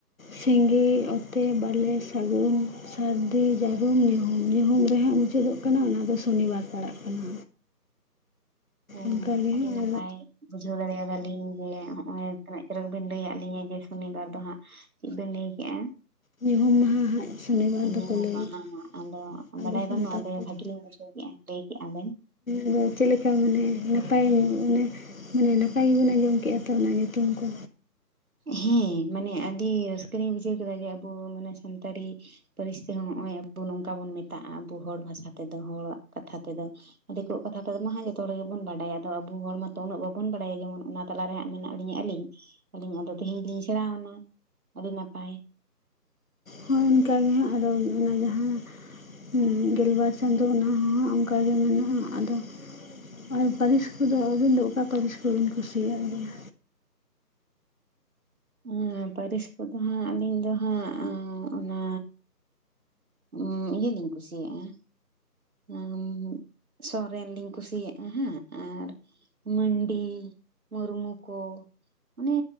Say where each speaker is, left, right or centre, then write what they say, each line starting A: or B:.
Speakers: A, on the left (about 55°); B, on the right (about 60°).
A: ᱥᱤᱸᱜᱤ ᱚᱛᱮ, ᱵᱟᱞᱮ, ᱥᱟᱹᱜᱩᱱ, ᱥᱟᱹᱨᱫᱤ, ᱡᱟᱹᱨᱩᱢ, ᱧᱩᱦᱩᱢ, ᱧᱩᱦᱩᱢ, ᱨᱮᱦᱟᱸᱜ ᱢᱩᱪᱟᱹᱫᱚᱜ ᱠᱟᱱᱟ ᱚᱱᱟ ᱫᱚ ᱥᱚᱱᱤᱵᱟᱨ ᱯᱟᱲᱟᱜ ᱠᱟᱱᱟ᱾
B: ᱦᱚᱸ
A: ᱚᱱᱠᱟᱜᱮ
B: ᱟᱹᱰᱤ
A: ᱟᱨ
B: ᱱᱟᱯᱟᱭ ᱵᱩᱡᱷᱟᱹᱣ ᱫᱟᱲᱮᱭᱟᱫᱟᱜ ᱟᱹᱞᱤᱧ ᱡᱮ ᱦᱚᱸᱜᱼᱚᱭ ᱛᱤᱱᱟᱹᱜ ᱪᱚᱨᱚᱠ ᱵᱤᱱ ᱞᱟᱹᱭᱟᱫ ᱞᱤᱧᱟᱹ ᱡᱮ ᱥᱚᱱᱤᱵᱟᱨ ᱫᱚ ᱦᱟᱸᱜ ᱪᱮᱫ ᱵᱤᱱ ᱞᱟᱹᱭ ᱠᱮᱫᱼᱟ᱾
A: ᱧᱩᱦᱩᱢ ᱢᱟᱦᱟ ᱦᱟᱸᱜ ᱥᱚᱱᱤᱵᱟᱨ ᱫᱚᱠᱚ
B: ᱧᱩᱦᱩᱢ
A: ᱞᱟᱹᱭᱮᱜᱼᱟ
B: ᱢᱟᱦᱟ ᱦᱟᱸᱜ ᱟᱫᱚ
A: ᱟᱵᱚ
B: ᱵᱟᱰᱟᱭ
A: ᱥᱟᱱᱛᱟᱲ
B: ᱵᱟᱹᱱᱩᱜᱼᱟ
A: ᱠᱚᱫᱚ
B: ᱵᱷᱟᱹᱜᱤ ᱞᱤᱧ ᱵᱩᱡᱷᱟᱹᱣ ᱠᱮᱫᱼᱟ ᱞᱟᱹᱭ ᱠᱮᱫᱮᱜᱼᱟ ᱵᱤᱱ᱾
A: ᱟᱫᱚ ᱪᱮᱫ ᱞᱮᱠᱟ ᱢᱟᱱᱮ ᱱᱟᱯᱟᱭ ᱚᱱᱮ ᱢᱟᱱᱮ ᱱᱟᱯᱟᱭ ᱜᱮᱵᱤᱱ ᱟᱸᱡᱚᱢ ᱠᱮᱫᱟ ᱛᱚ ᱚᱱᱟ ᱧᱩᱛᱩᱢ ᱠᱚ
B: ᱦᱮᱸ ᱢᱟᱱᱮ ᱟᱹᱰᱤ ᱨᱟᱹᱥᱠᱟᱹ ᱞᱤᱧ ᱵᱩᱡᱷᱟᱹᱣ ᱠᱮᱫᱟ ᱡᱮ ᱟᱵᱚ ᱢᱟᱱᱮ ᱥᱟᱱᱛᱟᱲᱤ ᱯᱟᱹᱨᱤᱥ ᱛᱮᱦᱚᱸ ᱱᱚᱜ-ᱼᱚᱭ ᱟᱵᱚ ᱱᱚᱝᱠᱟ ᱵᱚᱱ ᱢᱮᱛᱟᱜᱼᱟ ᱟᱵᱚ ᱦᱚᱲ ᱵᱷᱟᱥᱟ ᱛᱮᱫᱚ ᱦᱚᱲᱟᱜ ᱠᱟᱛᱷᱟ ᱛᱮᱫᱚ᱾ ᱫᱤᱠᱩᱣᱟᱜ ᱠᱟᱛᱷᱟ ᱛᱮᱫᱚ ᱢᱟ ᱦᱟᱜ ᱡᱚᱛᱚ ᱦᱚᱲ ᱜᱮᱵᱚᱱ ᱵᱟᱰᱟᱭᱟ ᱟᱫᱚ ᱟᱵᱚ ᱦᱚᱲ ᱢᱟᱛᱚ ᱩᱱᱟᱹᱜ ᱵᱟᱵᱚᱱ ᱵᱟᱰᱟᱭᱟ ᱡᱮᱢᱚᱱ ᱚᱱᱟ ᱛᱟᱞᱟᱨᱮ ᱦᱟᱸᱜ ᱢᱮᱱᱟᱜ ᱞᱤᱧᱟᱹ ᱟᱹᱞᱤᱧ ᱟᱹᱞᱤᱧ ᱟᱫᱚ ᱛᱮᱦᱮᱧ ᱞᱤᱧ ᱥᱮᱬᱟᱣᱱᱟ ᱟᱹᱰᱤ ᱱᱟᱯᱟᱭ᱾
A: ᱦᱚᱸ ᱚᱱᱠᱟᱜᱮ ᱦᱟᱸᱜ ᱟᱫᱚ ᱚᱱᱟ ᱡᱟᱦᱟᱸ ᱩᱸ ᱜᱮᱞᱵᱟᱨ ᱪᱟᱸᱫᱚ ᱚᱱᱟ ᱦᱚᱸ ᱦᱟᱸᱜ ᱚᱱᱠᱟᱜᱮ ᱢᱮᱱᱟᱜᱼᱟ ᱾ ᱟᱫᱚ ᱟᱨ ᱯᱟᱹᱨᱤᱥ ᱠᱚᱫᱚ ᱟᱹᱵᱤᱱ ᱫᱚ ᱚᱠᱟ ᱯᱟᱹᱨᱤᱥ ᱠᱚᱵᱤᱱ ᱠᱩᱥᱤᱭᱟᱜ ᱜᱮᱭᱟ?
B: ᱩᱸᱻ ᱯᱟᱹᱨᱤᱥ ᱠᱚᱫᱚ ᱦᱟᱸᱜ ᱟᱹᱞᱤᱧ ᱫᱚ ᱦᱟᱸᱜ ᱚᱱᱟ ᱩᱸᱻ ᱤᱭᱟᱹᱞᱤᱧ ᱠᱩᱥᱤᱭᱟᱜᱼᱟ᱾ ᱚᱸᱻ ᱥᱚᱨᱮᱱ ᱞᱤᱧ ᱠᱩᱥᱤᱭᱟᱜᱼᱟ ᱦᱟᱸᱜ ᱟᱨ ᱢᱟᱹᱱᱰᱤ, ᱢᱩᱨᱢᱩ, ᱠᱚ ᱢᱟᱱᱮ